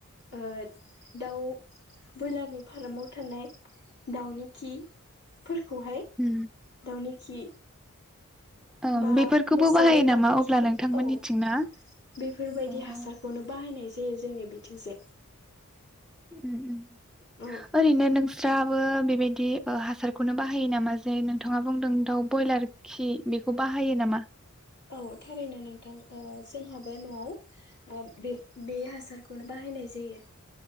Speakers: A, on the left; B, in the centre.
A: ओ दाउ ब्रयलारनि फारामाव थानाय दावउनि खि। फोरखौहाय
B: उम
A: दाउनि खि
B: ओं
A: बा
B: बेफोरखौबो
A: मोसौ
B: बाहायो
A: बोरमानि
B: नामा अब्ला
A: खिफोरखौ
B: नोंथांमोननिथिं
A: औ
B: ना?
A: बेफोरबायदि
B: उम
A: हासारखौनो बाहाय नाय जायो जोंनि बिथिंजाय।
B: उम उम
A: औ।
B: ओरैनो नोंस्राबो बेबायदि बिदि ओ हासारखौनो बाहायो नामा जे नोंथाङा बुंदों दाउ ब्रयलार खि बेखौ बाहायो नामा?
A: औ थारैनो नोंथां ओ जोंहाबो न'आव ओ बे बे हासारखौनो बाहायनाय जायो।